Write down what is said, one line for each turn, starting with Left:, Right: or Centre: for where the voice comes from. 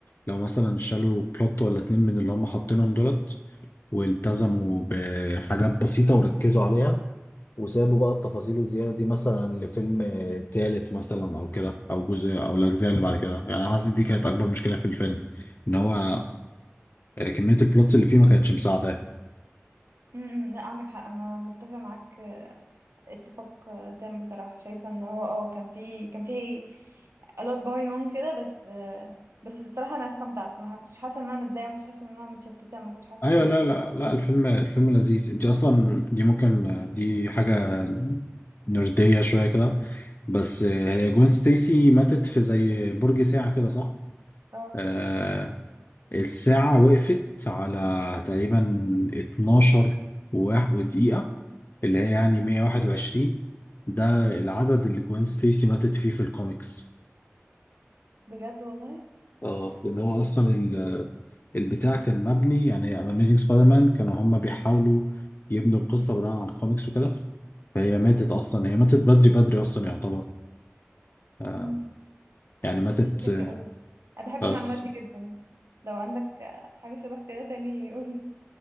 Left: لو مثلا شالوا بلوت ولا اتنين من اللي هم حاطينهم دولت والتزموا بحاجات بسيطة وركزوا عليها وسابوا بقى التفاصيل الزيادة دي مثلا لفيلم تالت مثلا أو كده أو جزء أو الأجزاء اللي بعد كده يعني أنا حاسس دي كانت أكبر مشكلة في الفيلم إن هو
Right: صح
Left: كمية البلوتس اللي فيه ما كانتش مساعدة
Right: امم لا عندك حق انا متفق معاك اتفاق آه، تام بصراحة شايفة ان هو اه كان في كان في a lot going on كده بس آه، بس بصراحة انا استمتعت ما كنتش حاسة ان انا متضايقة ما كنتش حاسة ان انا متشتتة ما كنتش حاسة
Left: ايوه
Right: ان
Left: لا لا لا الفيلم الفيلم لذيذ انت اصلا دي ممكن دي حاجه نرديه شويه كده بس هي جوين ستيسي ماتت في زي برج ساعه كده صح
Right: اه
Left: آه الساعه وقفت على تقريبا 12 و- ودقيقه اللي هي يعني
Right: مم.
Left: 121 ده العدد اللي جوين ستيسي ماتت فيه في الكوميكس
Right: بجد والله
Left: اه لان هو اصلا
Right: ايه ده
Left: ال- البتاع كان مبني يعني اميزنج سبايدر مان كانوا هم بيحاولوا يبنوا القصه بناء على الكوميكس وكده فهي ماتت اصلا هي ماتت بدري بدري اصلا يعتبر آه،
Right: مم.
Left: يعني
Right: interesting
Left: ماتت آه،
Right: قوي انا بحب
Left: بس
Right: المعلومات دي جدا لو عندك آه، حاجة شبه كده تاني قولي